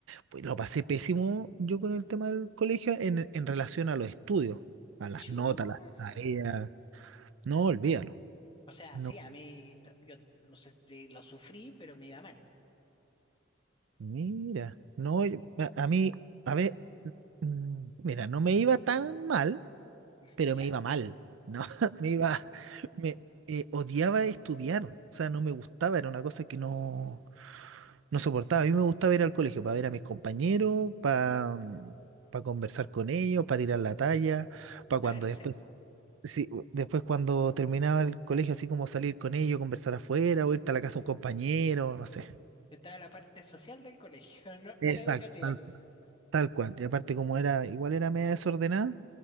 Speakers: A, on the right; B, on the left.
A: pues, lo pasé pésimo yo con el tema del colegio en, en relación a los estudios, a las
B: Chu.
A: notas, a las tareas. No, olvídalo.
B: O sea,
A: no,
B: sí, a mí, t- yo no sé si lo sufrí, pero me iba mal,
A: Mira, no, yo- a, a mí, a ver, mm, mira, no me iba tan mal,
B: <laughs>
A: pero
B: ¿ya?
A: me iba mal, ¿no? <laughs> Me iba, me eh, odiaba estudiar, o sea, no me gustaba, era una cosa que no, no soportaba. A mí me gustaba ir al colegio para ver a mis compañeros, para conversar con ellos, para tirar la talla, para
B: Claro,
A: cuando después,
B: sí, po.
A: sí, u- después cuando terminaba el colegio, así como salir con ellos, conversar afuera, o irte a la casa de un compañero, no sé.
B: Yo Estaba la parte social del colegio, <laughs> no, no
A: Exacto,
B: la educativa.
A: Tal cual. Y aparte como era, igual era media desordenada,